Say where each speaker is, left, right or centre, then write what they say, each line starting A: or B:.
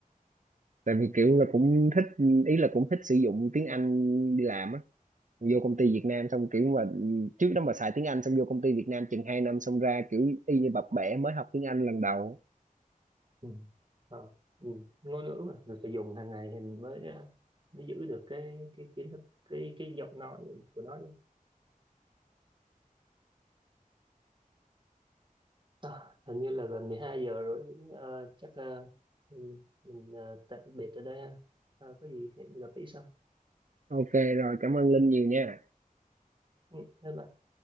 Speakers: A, on the right; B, on the right.
A: tại vì kiểu là cũng thích ý là cũng thích sử dụng tiếng Anh đi làm á vô công ty Việt Nam xong kiểu mà trước đó mà xài tiếng Anh xong vô công ty Việt Nam chừng 2 năm xong ra kiểu y như bập bẹ mới học tiếng Anh lần đầu
B: ừ. Ờ, ừ. ngôn ngữ mà mình phải dùng hàng ngày thì mình mới ờ, mới giữ được cái cái kiến thức cái cái giọng nói của nó chứ. À, hình như là gần 12 giờ rồi Ờ, chắc ờ, mình, mình ờ, tạm biệt ở đây ha Ờ, có gì hẹn gặp lại sau
A: ok rồi cảm ơn Linh nhiều nha
B: ừ, bye bye